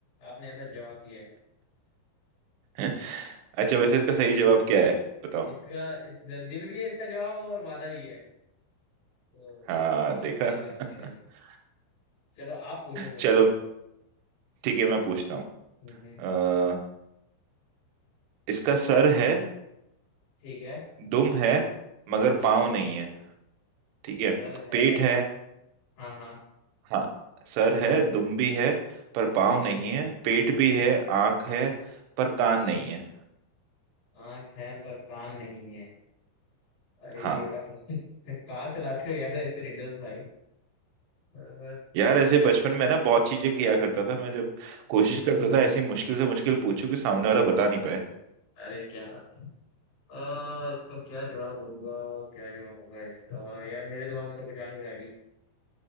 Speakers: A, on the left (about 55°); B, on the right (about 80°).
A: आपने ऐसा जवाब दिया है
B: <laughs> अच्छा
A: तो
B: वैसे इसका सही जवाब क्या है बताओ
A: इसका इस द- दिल भी है इसका जवाब और वादा भी है तो
B: हाँ
A: बहुत
B: देखा
A: सही जवाब
B: <laughs>
A: दिया भाई चलो आप पूछो कुछ
B: चलो ठीक है मैं पूछता हूँ
A: हम्म हम्म,
B: अ, इसका सर है
A: ठीक है
B: दुम है मगर
A: ठीक
B: पाँव
A: है
B: नहीं है ठीक है
A: सर है
B: पेट है
A: हाँ हाँ
B: हाँ सर है दुम भी है पर
A: ठीक
B: पाँव नहीं
A: है
B: है पेट भी है आँख है पर कान नहीं है
A: आँख है पर कान नहीं है भाई
B: हाँ
A: बड़ा क्वेश्चन कहाँ से लाते हो यार ऐसे रिडल्स भाई अ, हम्म
B: यार ऐसे बचपन में ना बहुत चीजें किया करता था मैं जब कोशिश करता
A: हम्म,
B: था ऐसी मुश्किल से मुश्किल पूछूं कि सामने वाला बता नहीं पाए
A: अरे क्या बात है अ, इसका क्या जवाब होगा क्या जवाब होगा इसका यार मेरे दिमाग में तो कुछ आ नहीं रहा है